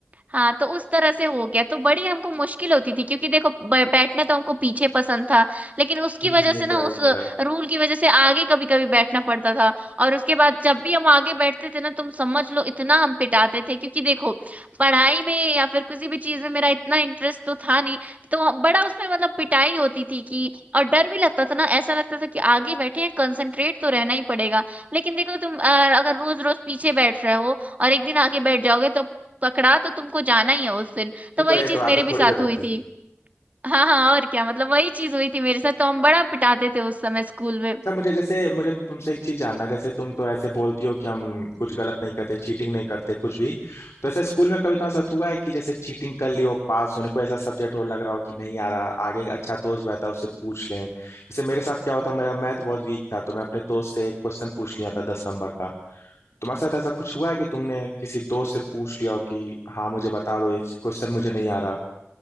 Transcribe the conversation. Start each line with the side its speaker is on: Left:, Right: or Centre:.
Right: हाँ तो उस तरह से हो गया तो बड़ी हमको मुश्किल होती थी क्योंकि देखो ब- बैठना तो हमको पीछे पसंद था लेकिन उसकी
Left: हम्म
Right: वजह से
Left: ये तो
Right: ना
Left: है
Right: उस
Left: ये तो है
Right: रूल की वजह से आगे कभी कभी बैठना पड़ता था और उसके बाद जब भी हम आगे बैठते थे ना तुम समझ लो इतना हम पिटाते थे क्योंकि देखो पढ़ाई में या फिर किसी भी चीज में मेरा इतना इंटरेस्ट तो था नहीं तो हम- बड़ा उसमें मतलब पिटाई होती थी कि और डर भी लगता था ना ऐसा लगता था कि आगे बैठे हैं कंसंट्रेट तो रहना ही पड़ेगा लेकिन देखो तुम अ, अगर रोज रोज पीछे बैठ रहे हो और एक दिन आगे बैठ जाओगे तो पकड़ा तो तुमको जाना ही है उस दिन तो
Left: ये
Right: वही
Left: तो है ये
Right: चीज
Left: तो
Right: मेरे
Left: आदत
Right: भी
Left: थोड़ी
Right: साथ
Left: बदलती
Right: हुई थी हाँ हाँ और क्या मतलब वही चीज हुई थी मेरे साथ तो हम बड़ा पिटाते थे उस समय स्कूल में
Left: अच्छा मुझे जैसे मुझे तुमसे एक चीज जानना है, जैसे तुम तो ऐसे बोलती हो कि हम कुछ गलत नहीं करते चीटिंग नहीं करते कुछ भी तो ऐसा स्कूल में कभी तुम्हारे साथ हुआ है कि जैसे चीटिंग कर लियो पास होने को ऐसा सब्जेक्ट हो लग रहा हो कि नहीं आ रहा आगे एक अच्छा दोस्त बैठा उससे पूछ लें जैसे मेरे साथ क्या हुआ था मेरा मैथ बहुत वीक था तो मैं अपने दोस्त से एक क्वेश्चन पूछ लिया था दस नंबर का तुम्हारे साथ ऐसा कुछ हुआ है कि तुमने किसी दोस्त से पूछ लिया हो कि हाँ मुझे बता दो ये क्वेश्चन मुझे नहीं आ रहा